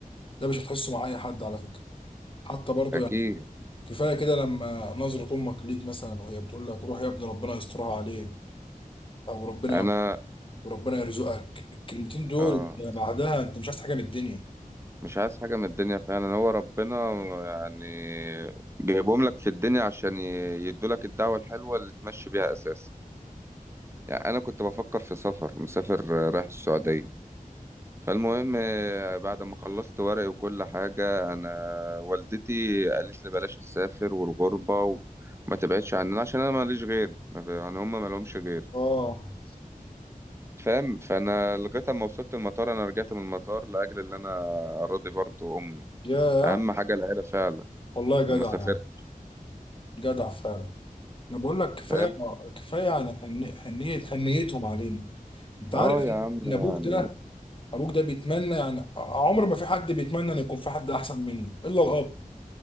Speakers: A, on the left (about 35°); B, on the right (about 20°).
A: ده مش هتحسه مع اي حد على فكره حتى برضو
B: اكيد
A: يعني كفايه كده لما نظره امك ليك مثلا وهي بتقول لك روح يا ابني ربنا يسترها عليك او ربنا
B: انا
A: وربنا يرزقك الكلمتين دول
B: آه
A: أنت بعدها انت مش عايز حاجه من الدنيا
B: مش عايز حاجه من الدنيا فعلا هو ربنا يعني جايبهم لك في الدنيا عشان يدوا لك الدعوه الحلوه اللي تمشي بيها اساسا يعني انا كنت بفكر في سفر مسافر آه، رايح السعوديه فالمهم آه، بعد ما خلصت ورقي وكل حاجه انا والدتي قالت لي بلاش تسافر والغربه وما تبعدش عننا عشان انا ماليش غيري ما في- يعني هم ما لهمش غيري
A: اه
B: فاهم فانا لغايه اما وصلت المطار انا رجعت من المطار لاجل اللي انا راضي برضو امي
A: يا
B: اهم حاجه العيله فعلا
A: والله جدع
B: لما سافرت
A: يعني جدع فعلا انا بقول لك كفايه
B: فاهم
A: كفايه يعني حنية حنيتهم علينا انت عارف
B: اه يا عم
A: ان ابوك
B: يعني
A: ده ابوك ده بيتمنى يعني عمر ما في حد بيتمنى ان يكون في حد احسن منه الا الاب